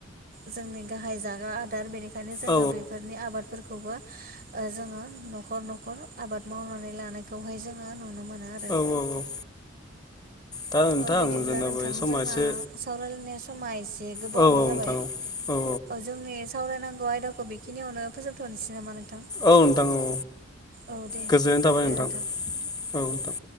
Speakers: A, on the right; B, on the left.
A: जोंनि गाहाय जाग्रा आदार बेनिखायनो जोङो
B: औ
A: बेफोरनि आबाद फोरखौबो जोङो न'खर न'खर आबाद मावनानै लानायखौहाय जोङो नुनो मोनो।
B: औ औ दा नोंथां
A: औ बिदिब्ला
B: जोंनाबो
A: नोंथां
B: समा
A: जोंना
B: एसे
A: सावरायलायनाय समा एसे गोबावानो
B: औ औ
A: जाबाय
B: नोंथां औ औ
A: जोंनि सावरायनांगौ आयदाखौ बेखिनियावनो फोजोबथ'नोसै नामा नोंथां?
B: औ नोंथां औ
A: औ दे
B: गोजोननाय थाबाय
A: गोजोन्थों।
B: नोंथां औ नोंथां